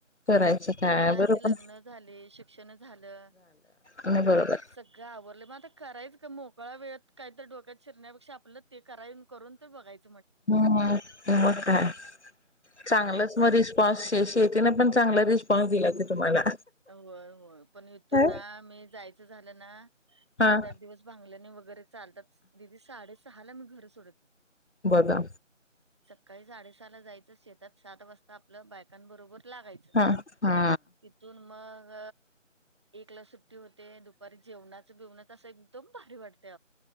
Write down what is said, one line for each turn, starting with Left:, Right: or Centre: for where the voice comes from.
Left: करायचं
Right: आता
Left: काय
Right: मुलांचे
Left: बरोबर
Right: लग्न झाले, शिक्षण झालं,
Left: आणि बरोबर
Right: सगळं आवरलं आता करायचं काय मोकळा वेळेत काय तर डोक्यात शिरण्यापेक्षा आपलं ते करा करून ते बघायच.
Left: ह मग काय चांगलच
Right: असं झालं.
Left: मग रिस्पॉन्स शेती ना पण चांगला रिस्पॉन्स दिला तर तुम्हाला.
Right: होय होय पण इथून
Left: काय?
Right: ना मी जायचं झालं ना
Left: हा
Right: आठ आठ दिवस भांगलनी वर चालतात, दिदी साडे चहाला मी घर सोडत
Left: बघा
Right: सकाळी साडेसहाला जायचं शेतात सात वाजता आपलं बायकांबरोबर लागायचं.
Left: हा हा
Right: तिथून मग एकला सुट्टी होते दुपारी जेवणाच बिवणाच असं एकदम भारी वाटते